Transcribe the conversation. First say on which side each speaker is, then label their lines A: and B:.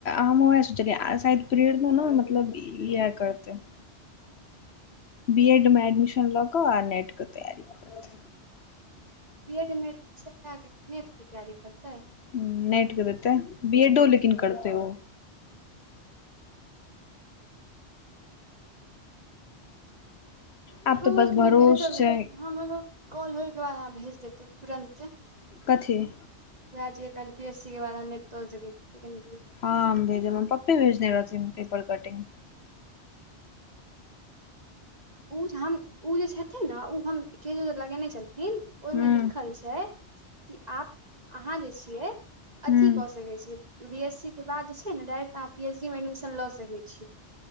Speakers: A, on the left; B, on the right.
A: हम ओएह शायद प्रेरणा ने मतलब इएह करते। बी एड मे एडमिशन लऽ कऽ आ नेट के तैयारी करबै
B: बी एड मे एडमिशन करा के नेट के तैयारी करतै।
A: ह नेैट क देतै बी एडो लेकिन करतै ओ। आब
B: वौवा
A: तऽ बस
B: कनी
A: भरोस
B: भह जाओनहम
A: छै
B: एनहौ कॉल होयके बाद अहाँ भेज देतहु तुरन्ते।
A: कथी
B: वएह जे क पी एस सी के बाद नेट पर। देखै छियै
A: आमभेजने रहौ कते भेजने रहथिनह तय पर बटे
B: ओ जे हम ओ जे लगें। ने छथिन ने ओ य। मेलिखल छै ओहिमे
A: हूँ
B: लिखल छै कि आ अहाँ जे छियै अथी
A: हूँ
B: कऽ सकैत छिये बी पी एस सी के बाद डायरेक्ट अहाँ पी एच डी मे एडमिशन लऽ सकैत छिये।